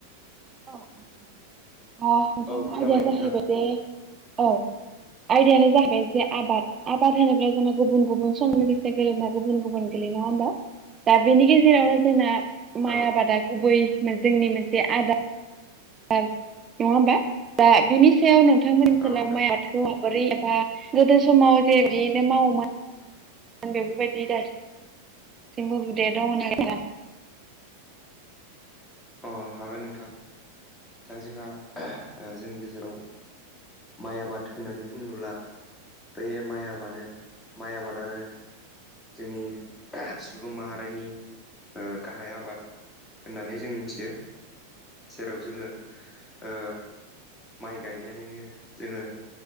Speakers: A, on the right; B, on the left.
A: औ आदाया
B: औ खोनाबाय
A: जाहैबाय
B: नोंथां
A: जे औ आयदायानो जाहैबाय जे आबाद आबाद होनोबब्ला जोंना गुबुन गुबुन सम लोगोसे गेलेना गुबुन गुबुन गेलेयो नङा होमबा दा बेनि गेजेरावनो जोंना माइ
B: औ
A: आबादा गुबै जोंनि मोनसे आदार नङा होमबा दा बिनि सायाव नोंथांमोन ओनसोलाव
B: औ नोंथां
A: माइ आ बोरै एबा गोदो समाव जे बिनो मावो दं बेबोबायदि दासिमबो <unintelligible>
B: अ हागोन नोंथां दा जोंहा जोंनि गेजेराव माइ आबाद होननानै बुङोब्ला बे माइ आबानो माइ आबादानो जोंनि सुबुं माहारिनि गाहाय आबाद होननानै जों मिथियो जेराव जोङो ओ माइ गायनानैनो जोङो